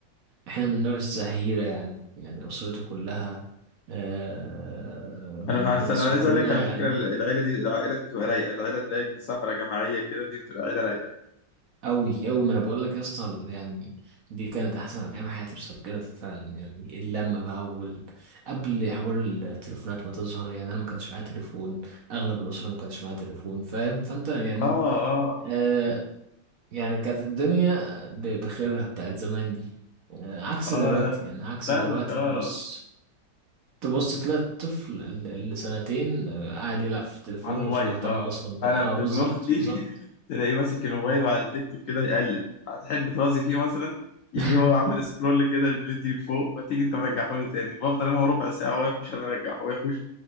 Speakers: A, on the right (about 55°); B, on the left (about 85°).
A: إحنا من النوع الزهيرة يعني يعني أسرتي كلها آه، من
B: انا عس-
A: من
B: انا
A: صغرنا
B: عايز اقول لك على فكره
A: يعني
B: العيله دي العائلات بتبقى رايقه العيله تلاقيك في سفره جماعيه كده دي بتبقى عيله رايقه
A: أوي أوي ما أنا بقول لك يا اسطى يعني دي كانت أحسن أيام حياتي بسبب كده فعلا يعني اللمة بقى وال... قبل حوار التليفونات ما تظهر يعني أنا ما كانش معايا تليفون أغلب الأسرة ما كانش معايا تليفون فاهم فأنت يعني
B: اه اه
A: آه يعني كانت الدنيا ب- بخيرها بتاعت زمان دي آه، عكس
B: اه
A: دلوقتي
B: لا
A: يعني عكس
B: فاهمك
A: دلوقتي
B: اه
A: تبص تبص تلاقي الطفل اللي اللي سنتين آه، قاعد يلعب في التليفون
B: على الموبايل
A: ومش مهتم
B: اه
A: اصلا بال...
B: انا
A: اه بالظبط
B: ابن اختي
A: بالظبط
B: <laughs> تلاقيه ماسك الموبايل وعلى التيك توك كده يقلب هتحب ترازي فيه مثلا يجي
A: <laughs>
B: هو عامل سكرول كده للفيديو لفوق وتيجي انت مرجعه له تاني بفضل انا هو ربع ساعه هو يحوش انا ارجع هو يحوش